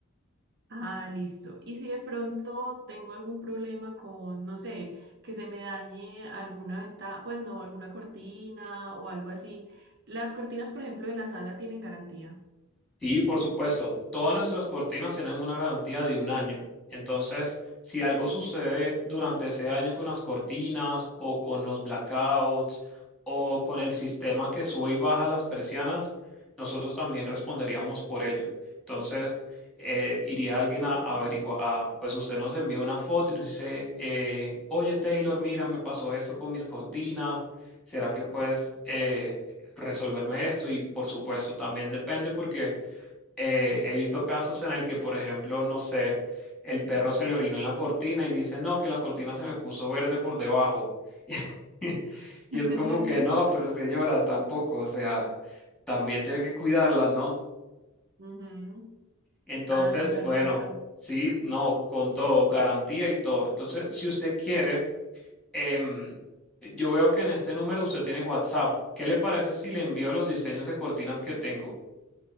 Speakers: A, on the right (about 50°); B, in the centre.
A: Ah, listo. Y si de pronto tengo algún problema con, no sé, que se me dañe alguna ventana, pues no, alguna cortina o algo así. Las cortinas, por ejemplo, de la sala tienen garantía.
B: Sí, por supuesto. Todas nuestras cortinas tienen una garantía de un año. Entonces, si algo sucede durante ese año con las cortinas o con los blackouts o con el sistema que sube y baja las persianas, nosotros también responderíamos por ello. Entonces, eh, iría alguien a averiguar, pues usted nos envía una foto y nos dice, eh, oye Taylor, mira, me pasó esto con mis cortinas. ¿Será que puedes eh, resolverme esto? Y por supuesto, también depende porque eh, he visto casos en el que, por ejemplo, no sé, el perro se le orinó en la cortina y dice, no, que la cortina se me puso verde por debajo. <laughs> Y
A: <laughs>
B: es como que no, pero señora, tampoco, o sea, también tiene que cuidarla, ¿no?
A: Ujú.
B: Entonces,
A: Ah, no, perfecto.
B: bueno, sí, no, con todo, garantía y todo. Entonces, si usted quiere, em, yo veo que en este número usted tiene WhatsApp. ¿Qué le parece si le envío los diseños de cortinas que tengo?